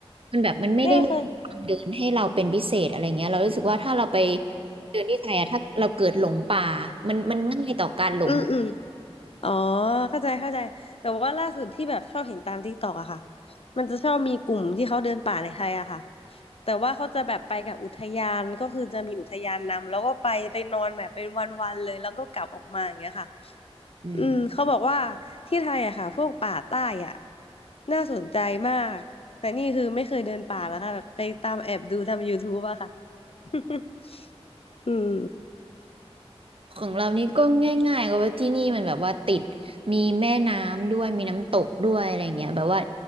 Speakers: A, on the right; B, on the left.
A: มันแบบมันไม่ได้มีทางเดินให้เราเป็นพิเศษอะไรเงี้ยเรารู้สึกว่าถ้าเราไป
B: เนี่ยคือ
A: เดินที่ไทยอะถ้าเราเกิดหลงป่ามันมันง่ายต่อการหลง
B: อืมอืมอ๋อเข้าใจเข้าใจแต่ว่าล่าสุดที่แบบชอบเห็นตามทิกตอกอะค่ะมันจะชอบมีกลุ่มที่เขาเดินป่าในไทยอะค่ะแต่ว่าเขาจะแบบไปกับอุทยานก็คือจะมีอุทยานนำแล้วก็ไปไปนอนแบบเป็นวันๆเลยแล้วก็กลับออกมาอย่างเงี้ยค่ะ
A: อืม
B: อืมเขาบอกว่าที่ไทยอะค่ะพวกป่าใต้อะน่าสนใจมากแต่นี่คือไม่เคยเดินป่าแล้วค่ะแบบไปตามแอบดูทำยูทูบอะค่ะ <laughs> อืม
A: ของเรานี่ก็ง่ายๆก็ว่าที่นี่มันแบบว่าติดมีแม่น้ำด้วยมีน้ำตกด้วยอะไรเงี้ยแบบว่า